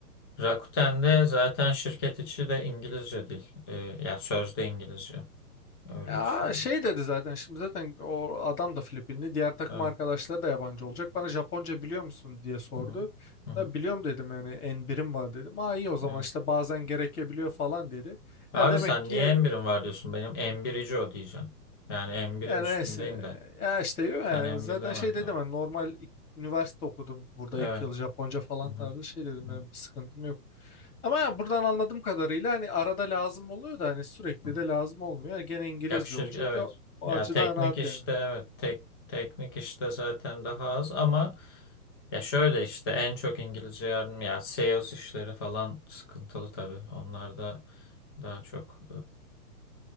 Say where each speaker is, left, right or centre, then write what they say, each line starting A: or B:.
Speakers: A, on the left; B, on the left.
A: Rakuten'de zaten şirket içi de İngilizce dil. E, yani sözde İngilizce. Öyle
B: Ya
A: bir şey.
B: şey dedi zaten şimdi zaten o adam da Filipinli. Diğer takım
A: Evet.
B: arkadaşları da yabancı olacak. Bana Japonca biliyor musun diye sordu.
A: Hı hı. Hı hı.
B: Da biliyorum dedim yani en birim var dedim. Aa iyi o zaman
A: Evet.
B: işte bazen gerekebiliyor falan dedi. E
A: Abi
B: demek
A: sen
B: ki
A: niye M1'in var diyorsun? Benim M1'ici o diyeceğim. Yani M1'in
B: Ya
A: üstündeyim
B: neyse.
A: de.
B: Ya işte yani
A: Sen M1
B: zaten
A: deme.
B: şey dedim
A: Evet.
B: ben normal ik- üniversite okudum burada
A: Evet.
B: iki yıl Japonca falan
A: Hı hı.
B: tarzı şey dedim
A: Hı
B: benim
A: hı.
B: bir sıkıntım yok. Ama ya buradan anladığım kadarıyla hani arada lazım oluyor da hani sürekli
A: Hı hı.
B: de lazım olmuyor. Yani gene İngilizce
A: Yakışır.
B: olacak.
A: Evet.
B: Ya, o
A: Ya
B: açıdan
A: teknik
B: rahat
A: işte
B: yani.
A: evet. Tek, teknik işte zaten daha az ama ya şöyle işte en çok İngilizce yardım ya sales işleri falan sıkıntılı tabii. Onlar da daha çok